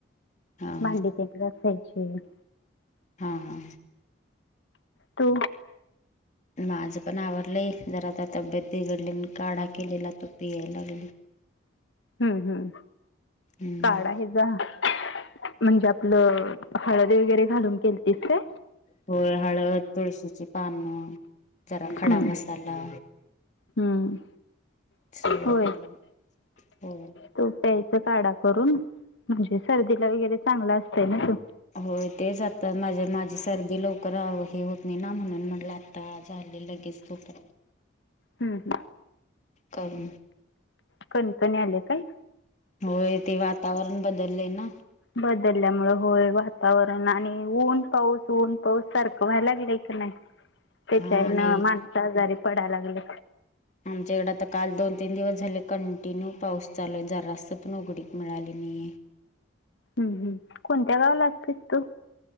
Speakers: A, on the left; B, on the left.
A: हां
B: मांडी कें आहे. अच्.
A: हा हा.
B: तो
A: माझं पण आवडलंय जर आता तब्येत बिघडली आणि काढा केलेला तू पियायला लागली.
B: हम्म हम्म
A: हम्म
B: काड आहे जा म्हणजे आपलं हळदी वगैरे घालून केल तस ते
A: होय हळद तुळशीची पानं जरा खडा
B: हम्म
A: मसाला
B: हम्म.
A: सगळं
B: होय
A: झालं हो
B: तो प्यायचा काढा करून म्हणजे सर्दीला वगैरे चांगला असतय ना तो
A: होय तेचात माझ माझी सर्दी लवक हे होत नाही ना म्हणून म्हटलं आता झाले लगेच तोप
B: हम्म हम्म
A: करून
B: कणकणी आले काय
A: होय ते वातावरण बदललेय ना
B: बदलल्यामुळे होय वातावरण आणि ऊन पाऊस ऊन पाऊस सारखं व्हायला गे क त्याच्यान
A: हा आणि
B: माणस आजारी पडायला लागलं
A: आमच्या इकडे आता काल दोन तीन दिवस झाले कंटिन्यू पाऊस चालूय जस प उघडीत मिळाली आणि
B: हम्म हम्म कोणत्या गावाला असतेस तू